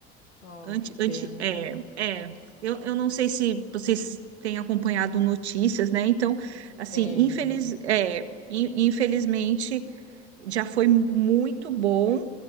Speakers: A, on the left (about 85°); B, on the right (about 75°).
A: Oh,
B: Anti,
A: que pena.
B: anti, é, é, eu, eu não sei se vocês têm acompanhado notícias, né? Então, assim,
A: Tenho.
B: infeliz, é, in- infelizmente já foi muito bom